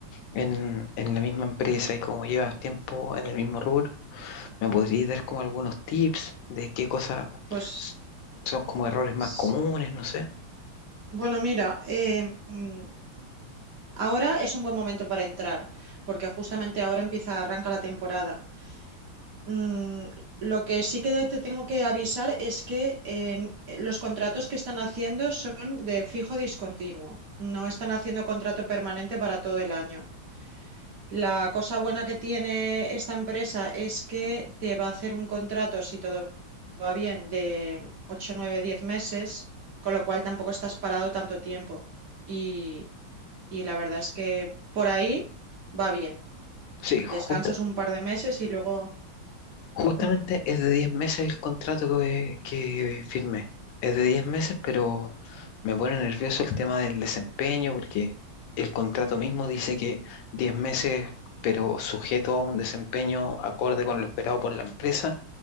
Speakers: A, on the left; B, on the right.
A: en, en la misma empresa y como llevas tiempo en el mismo rubro, ¿me podrías dar como algunos tips de qué cosas
B: Pues,
A: s- son como errores más
B: s-
A: comunes? No sé.
B: bueno, mira, eh, mm, ahora es un buen momento para entrar, porque justamente ahora empieza, arranca la temporada. Mm, lo que sí que te tengo que avisar es que en- los contratos que están haciendo son de fijo discontinuo, no están haciendo contrato permanente para todo el año. La cosa buena que tiene esta empresa es que te va a hacer un contrato, si todo va bien, de 8, 9, 10 meses, con lo cual tampoco estás parado tanto tiempo. Y, y la verdad es que por ahí va bien.
A: Sí, justa-
B: Descansas un par de meses y luego,
A: justamente
B: mm,
A: es de 10 meses el contrato que, que firmé. Es de 10 meses, pero me pone nervioso el tema del desempeño porque el contrato mismo dice que 10 meses, pero sujeto a un desempeño acorde con lo esperado por la empresa.